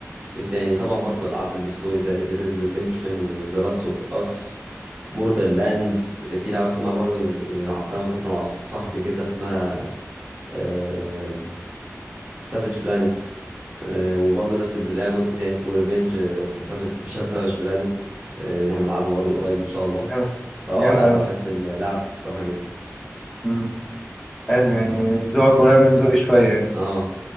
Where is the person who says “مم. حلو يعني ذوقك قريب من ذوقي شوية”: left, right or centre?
Centre